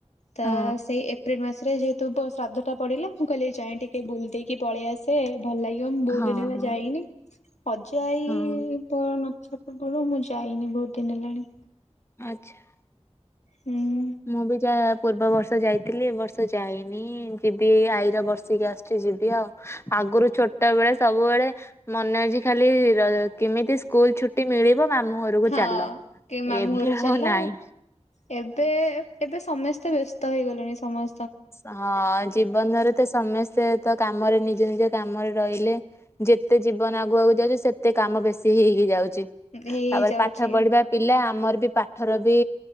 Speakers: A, on the left; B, on the left.
A: ତ
B: ହଁ
A: ସେଇ ଏପ୍ରିଲ ମାସରେ ଯେ ତୁ ଶ୍ରାଦ୍ଧ ଟା ପଡିଲା ମୁଁ କହିଲି ଯାଏଁ ଟିକେ ବୁଲି ଦେଇକି ପଳେଇଆସେ ଭଲ ଲାଗି ଉଁ ମୁଁ ବହୁତ
B: ହଁ
A: ଦିନ ହେଲା
B: ହଁ
A: ଯାଇନି ଅଜା ଆଇ
B: ହଁ
A: ତ ନଥିବା ପୂର୍ବରୁ ମୁଁ ଯାଇନି ବହୁତ ଦିନ ହେଲାଣି।
B: ଆଚ୍ଛା।
A: ହୁଁ।
B: ମୁଁ ବି ଯାହା ପୂର୍ବ ବର୍ଷ ଯାଇଥିଲି ଏ ବର୍ଷ ଯାଇନି। ହୁଁ ଯିବି ଏଇ ଆଇର ବର୍ଷିକିୟା ଆସୁଛି ଯିବି ଆଉ ଆଗରୁ ଛୋଟ ବେଳେ ସବୁବେଳେ ମନେ ଅଛି ଖାଲି ର କେମିତି ସ୍କୁଲ ଛୁଟି ମିଳିବ ମାମୁଁ ଘରକୁ
A: ହଁ
B: ଚାଲ
A: କେ ମାମୁଁ
B: ଏବେ
A: ଘରୁକୁ
B: ଆଉ
A: ଚାଲ।
B: ନାହିଁ।
A: ଏବେ ଏବେ ସମସ୍ତେ ବ୍ୟସ୍ତ ହେଇଗଲେଣି ସମ
B: ଅଁ ଜୀବନରେ ତ ସମସ୍ତେ ତ କାମରେ ନିଜ ନିଜ କାମରେ ରହିଲେ। ଯେତେ ଜୀବନ ଆଗକୁ ଆଗକୁ ଯାଉଛି ସେତେ କାମ ବେଶୀ ହେଇ ହେଇ ଯାଉଛି
A: ହେଇଯାଉଛି
B: ତାପରେ ପାଠ ପଢିବା ପିଲା ଆମର ବି ପାଠର ବି